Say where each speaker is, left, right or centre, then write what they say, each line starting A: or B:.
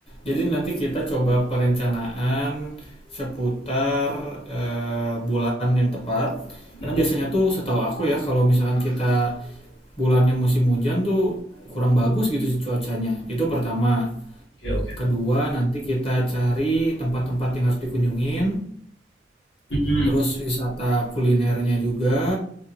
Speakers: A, on the left; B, on the left.
A: jadi nanti kita coba perencanaan seputar eh, bulan yang tepat
B: mm
A: karena biasanya tuh setahu aku ya kalau misalkan kita bulannya musim hujan tuh kurang bagus gitu sih cuacanya itu pertama
B: Oke, oke.
A: kedua nanti kita cari tempat-tempat yang harus dikunjungin
B: mm
A: terus wisata kulinernya juga